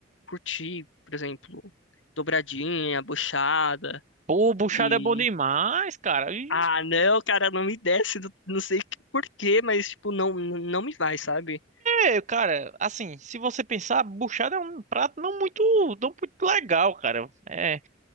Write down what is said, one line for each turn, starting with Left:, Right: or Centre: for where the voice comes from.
Left: curti, por exemplo, dobradinha, buchada
Right: Pô, buchada
Left: e...
Right: é bom demais, cara. E,
Left: Ah, não, cara, não me desce, não não sei que- por quê, mas, tipo, não, não me vai, sabe?
Right: é, cara, assim, se você pensar, buchada é um prato não muito, não muito legal, cara. É.